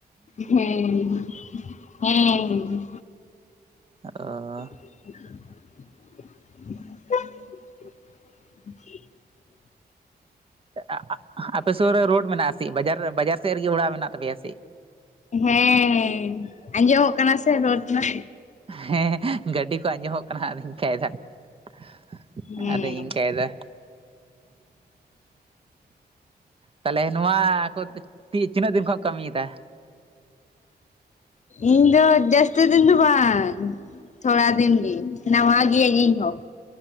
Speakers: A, on the left (about 45°); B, on the right (about 30°).
A: ᱦᱮᱸ ᱦᱮᱸ᱾
B: ᱚᱻ
A: <inaudible>
B: ᱟᱜ-ᱟᱜ ᱟᱯᱮ ᱥᱩᱨ ᱨᱮ ᱨᱳᱰ ᱢᱮᱱᱟᱜᱼᱟ ᱥᱮ ᱵᱟᱡᱟᱨ, ᱵᱟᱡᱟᱨ ᱥᱮᱫ ᱨᱮᱜᱮ ᱚᱲᱟᱜ ᱢᱮᱱᱟᱜ ᱛᱟᱯᱮᱭᱟ ᱥᱮ?
A: ᱦᱮᱸ ᱟᱸᱡᱚᱢᱚᱜ ᱠᱟᱱᱟ ᱥᱮ ᱨᱳᱰ ᱨᱮᱱᱟᱜ?
B: ᱦᱮᱸ ᱜᱟᱹᱰᱤ ᱠᱚ ᱟᱸᱡᱚᱢᱚᱜ ᱠᱟᱱᱟ ᱟᱫᱚᱧ ᱚᱱ ᱠᱟᱭ ᱫᱟ ᱾
A: ᱦᱮᱸ
B: ᱟᱫᱤᱧ ᱤᱱᱠᱟᱭᱫᱟ ᱾ ᱛᱟᱦᱚᱞᱮ ᱱᱚᱣᱟ ᱠᱚ ᱛᱤᱱᱟᱹᱜ ᱫᱤᱱ ᱠᱷᱚᱱ ᱮᱢ ᱠᱟᱹᱢᱤᱭᱮᱫᱟ?
A: ᱤᱧ ᱫᱚ ᱡᱟᱹᱥᱛᱤ ᱫᱤᱱ ᱫᱚ ᱵᱟᱝ ᱛᱷᱚᱲᱟ ᱫᱤᱱ ᱜᱤ ᱾ ᱱᱟᱣᱟ ᱜᱮᱭᱟᱹᱧ ᱤᱧ ᱦᱚᱸ᱾